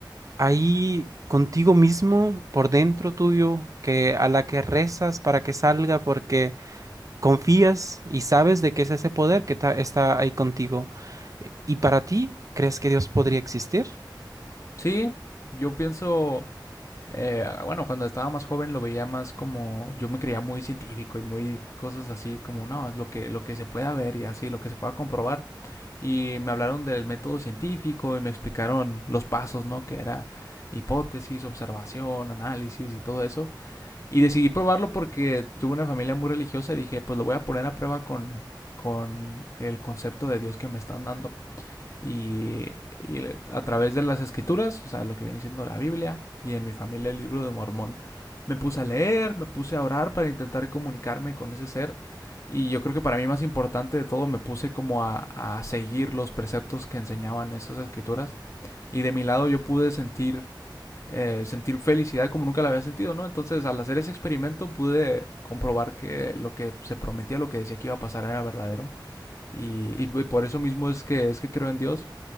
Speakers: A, on the right; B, on the left.
A: ahí contigo mismo, por dentro tuyo, que a la que rezas para que salga, porque confías y sabes de qué es ese poder que ta- está ahí contigo. ¿Y para ti, crees que Dios podría existir?
B: Sí, yo pienso, eh, bueno, cuando estaba más joven lo veía más como, yo me creía muy científico y muy cosas así, como, no, es lo que, lo que se pueda ver y así, lo que se pueda comprobar. Y me hablaron del método científico y me explicaron los pasos, ¿no? Que era hipótesis, observación, análisis y todo eso. Y decidí probarlo porque tuve una familia muy religiosa y dije, pues lo voy a poner a prueba con, con el concepto de Dios que me están dando y, y a través de las escrituras, o sea, lo que viene siendo la Biblia y en mi familia el libro de Mormón, me puse a leer, me puse a orar para intentar comunicarme con ese ser. Y yo creo que para mí más importante de todo me puse como a, a seguir los preceptos que enseñaban esas escrituras. Y de mi lado yo pude sentir, eh, sentir felicidad como nunca la había sentido, ¿no? Entonces al hacer ese experimento pude comprobar que lo que se prometía, lo que decía que iba a pasar era verdadero. Y, y por eso mismo es que, es que creo en Dios.